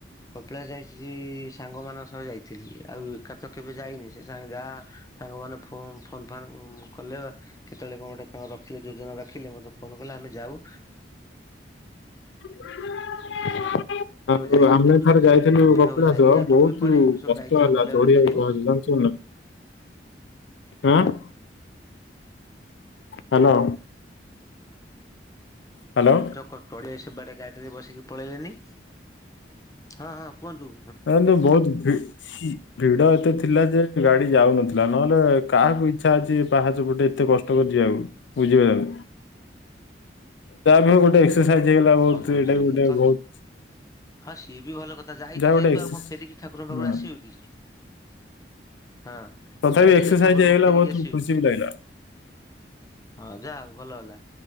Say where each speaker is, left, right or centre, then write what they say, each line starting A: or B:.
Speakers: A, on the left; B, on the left.
A: କପିଳାସ ଯାଇଛି ସାଙ୍ଗ ମାନଙ୍କ ସହ ଯାଇଥିଲି। ଆଉ ଏକା ତ କେବେ ଯାଇନି ସେ ଯା ସାଙ୍ଗ ମାନେ ଫ ଫୋନ୍ ଫାନ୍ କଲେ ବା କେତେବେଳେ କଣ ଗୋଟେଣ ରଖିଲେ ଯୋଜନା ରଖିଲେ ମତେ ଫୋନ କଲେ ଆମେ ଯାଉ
B: <unintelligible> ଆଉ
A: ଯଉ ଯାଇନି
B: ଆମେ ଥରେ ଯାଇଥିଲୁ
A: ବହୁତ
B: କପିଳାସ
A: ଦିନ ହବ ଯାଇନି ଆଉ
B: ବହୁତ
A: ତମେ କୁଆଡେ ଏବେ ସବୁ
B: କଷ୍ଟ
A: ଯାଇଥିଲ
B: ହେଲା
A: ବୁଲାବୁଲି
B: ଚଢି଼ବାକୁ
A: କରିବାକୁ
B: ପାହାଚ ଜାନ୍ ଚନା ହାଁ! ହ୍ୟାଲୋ। ହ୍ୟାଲୋ।
A: ଡିଆ ସେ ବାଡେ ଗାଡିରେ ବସିକି ପଳେଇଲେନି। ହଁ ହଁ କୁହନ୍ତୁ।
B: କିନ୍ତୁ ବହୁତ୍ ଭି ଭିଡ଼ ଏତେ ଥିଲା ଯେ, ଗାଡି଼ ଯାଉନଥିଲା ନହେଲେ କାହାକୁ ଇଚ୍ଛା ଅଛି ପାହାଚ ପଟେ ଏତେ କଷ୍ଟ କରିଛି ଯିବାକୁ। ବୁଝି ପାରଲେ। ଯାହା ବି ହଉ ଗୋଟେ ଏକ୍ସସାଇଜ ହେଇଗଲା ବହୁତ
A: କୁହନ୍ତୁ ବୁଝିଲି
B: ଏଇଟା ବି ଗୋଟେ
A: ତ
B: ବହୁତ
A: ହଁ ସିଏ ବି ଭଲ କଥା। ଯାଇଛୁ
B: ଯାହା ଗୋଟେ
A: ଯେହେତୁ
B: ଏକ୍ସେସ୍
A: ଆଉ କଣ ଫେରିକି ଠାକୁରଙ୍କ ପାଖରୁ
B: ହୁଁ
A: ଆସିବେ କି? ହଁ
B: ତଥାପି
A: ଯାଇଛ
B: ଏକ୍ସରସାଇଜ
A: ଯେ ଠାକୁର
B: ହେଇଗଲା
A: ବାବୁ ଫେରିକି
B: ବହୁତ
A: ଆସିବ
B: ଖୁସି
A: କି?
B: ବି ଲାଗିଲା।
A: ହଁ ଯା ହ ଭଲ ହେଲା।